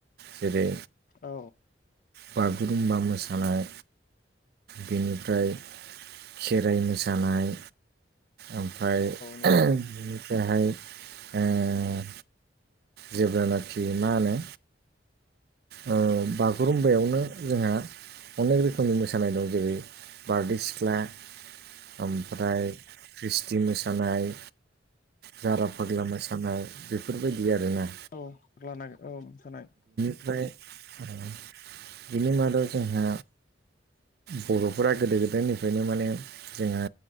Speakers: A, on the right; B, on the left.
A: जेरै
B: औ
A: बागुरुमबा मोसानाय बेनिफ्राय खेराइ मोसानाय ओमफ्राय
B: नंगौ
A: बेनिफ्रायहाय
B: नोंथां
A: ए जेब्लानाखि मा होनो? ओ बागुरुम्बायावनो जोंहा अनेक रोखोमनि मोसानाय दं जेरै- बारदै सिख्ला, ओमफ्राय ख्रिस्टि मोसानाय, जारा फाग्ला मोसानाय बेफोरबायदि आरोना।
B: औ लानांगोन औ मोसानाय।
A: ओमफ्राय ओ बिनि मादाव जोंहा बर'फोरा गोदो-गोदायनिफ्रायनो माने जोङो